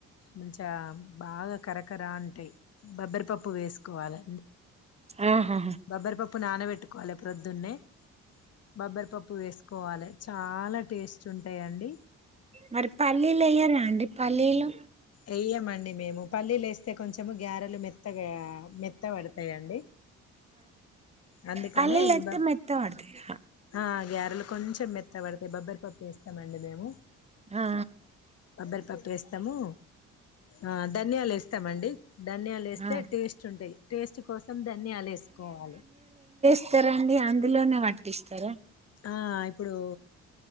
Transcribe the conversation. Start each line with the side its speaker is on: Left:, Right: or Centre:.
Left: మంచి బాగా కరకరా అంటాయి బబ్బరి ప్పు వేం
Right: ఆహా
Left: బబ పప్పు కోల ప్రొద్దున్నే బబ్బరి పప్పు వేసుకోవాలి చాలా టేస్ట్ ఉంటాయిండి
Right: మరి పల్లీలు అయ్యారా అండి పల్లీలు
Left: వెయ్యమండి మేము పల్లీలు వేస్తే కొంచెం గ్యారెలు మెత్త మత్తగా మెత్త పడతాయిండి అందు కానీ
Right: పల్లీలు ఎత్తే
Left: బ
Right: మెత్తగా పడతాయి
Left: ఆ గ్యారెలు కొంచెం మెత్తబడతాయి బబ్బ పపే ఇస్తామండి మేము
Right: ఆ
Left: బబ్బరిపప్పు వేస్తాము ఆ ధన్యాలస్త ఇస్తమండి ధన్యాలు వేస్తే
Right: ఆ
Left: టేస్ట్ ఉంటాయి టేస్ట్ కోసం ధన్యాలు వేసుకోవాలి
Right: వస్తారండి అందులోనే పట్టిస్తారా
Left: ఆ ఇప్పుడు